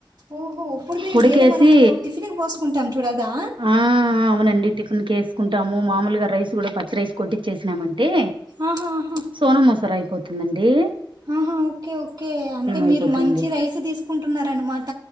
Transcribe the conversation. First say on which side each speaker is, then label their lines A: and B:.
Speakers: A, on the right; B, on the right.
A: ఓహో ఇప్పుడు
B: ఉడికేసి
A: మేది మనము టిఫిన్కి పోసుకుంటాం చూడ దా
B: ఆ అవునండి టిఫెన్కి వేసుకుంటాము మామూలుగా రైస్ కూడా ప రైస్ కొట్టిచ్చేినామన్ టె
A: ఆహా ఆహా
B: సోన మసుర అయిపోత్ తుందండి
A: ఆహా ఓకే ఓకే అంటే
B: అయిపోతుంది
A: మీరు మంచి రైస్ తీసుకుంటున్నార అనమాట